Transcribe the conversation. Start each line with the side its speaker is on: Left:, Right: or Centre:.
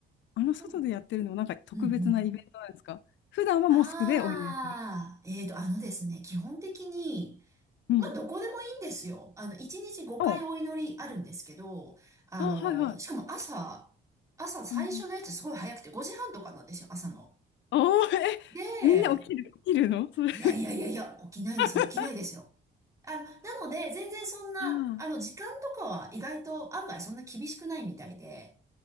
Left: あの、外でやってるのも、
Right: うん、
Left: なんか特別なイベントなんですか。
Right: うん、うん。
Left: 普段はモスクでお祈りする。
Right: あー、えーと、あのですね、基本的に、
Left: うん。
Right: まあ、どこでもいいんですよ。あの、1日5回お祈りあるんですけど、
Left: お
Right: あの、
Left: あ、はいはい。
Right: しかも朝、朝最初のやつすごい早くて、
Left: うんうん
Right: 5時半とかなんですよ、朝の。
Left: おー、え、
Right: で、
Left: みんな起きる、起きるのそれ。
Right: いやいやいやいや、起きないですよ、
Left: <laughs>
Right: 起きないですよ。あの、なので、全然そんな、
Left: あ
Right: あの、時間とかは意外と案外そんな厳しくないみたいで、